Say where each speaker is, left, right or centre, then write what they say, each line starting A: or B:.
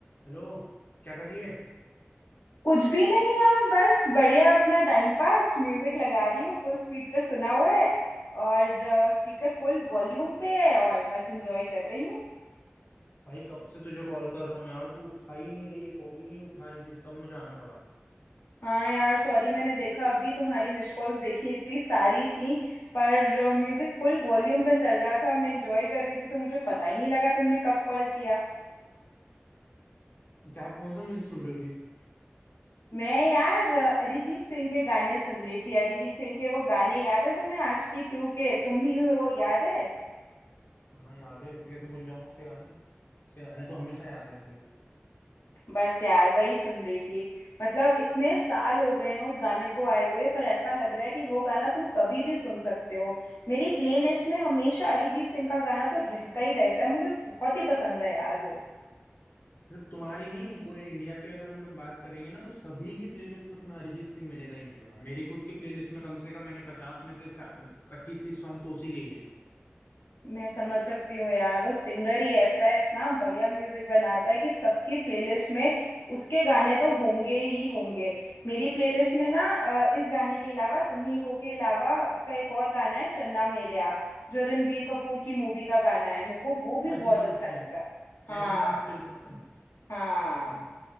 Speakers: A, on the left; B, on the left.
A: Hello क्या कर रही है
B: कुछ भी नहीं यार बस बढ़िया अपना टाइम पास म्यूजिक लगा रही हूँ फुल स्पीड पे सुना हुआ है और स्पीकर फुल वॉल्यूम पे है और बस एंजॉय कर रही हूँ
A: भाई कब से तुझे कॉल कर रहा हूँ यार तू उठा ही नहीं रही है कॉल ही नहीं उठा रही थी तो तब मुझे आना पड़ा
B: हाँ यार सॉरी मैंने देखा अभी तुम्हारी मिस कॉल्स देखी इतनी सारी थी पर म्यूजिक फुल वॉल्यूम पे चल रहा था मैं एंजॉय कर रही थी तो मुझे पता ही नहीं लगा तुमने कब कॉल किया
A: क्या कौन सा म्यूजिक सुन रही थी
B: मैं यार अ, अरिजीत सिंह के गाने सुन रही थी अरिजीत सिंह के वो गाने याद है तुम्हें आशिकी टू के तुम ही हो याद है
A: हाँ याद है ऐसे कैसे भूल जाऊंगा उसके गाने उसके गाने तो हमेशा याद रहते हैं
B: बस यार वही सुन रही थी मतलब इतने साल हो गए हैं उस गाने को आए हुए पर ऐसा लग रहा है कि वो गाना तुम कभी भी सुन सकते हो मेरी प्लेलिस्ट में हमेशा अरिजीत सिंह का गाना तो रहता ही रहता है मुझे बहुत ही पसंद है यार वो
A: सिर्फ तुम्हारी नहीं पूरे इंडिया की अगर हम लोग बात करेंगे ना तो सभी की प्लेलिस्ट में तुम्हें अरिजीत सिंह मिलेगा ही मिलेगा मेरी खुद की प्लेलिस्ट में कम से कम मैंने पचास में से पच्चीस तीस सॉन्ग तो उसी के ही है
B: मैं समझ सकती हूँ यार वो सिंगर ही ऐसा है इतना बढ़िया म्यूजिक बनाता है कि सबकी प्लेलिस्ट में उसके गाने तो होंगे ही होंगे मेरी प्लेलिस्ट में ना अ, इस गाने के अलावा तुम ही हो के अलावा उसका एक और गाना है चन्ना मेरेया जो रणबीर कपूर की मूवी का गाना है मेरे को वो भी
A: मैं
B: बहुत
A: दिल है
B: अच्छा
A: मुश्किल
B: लगता है हाँ
A: मैं दिल है मुश्किल का ना
B: हाँ
A: हाँ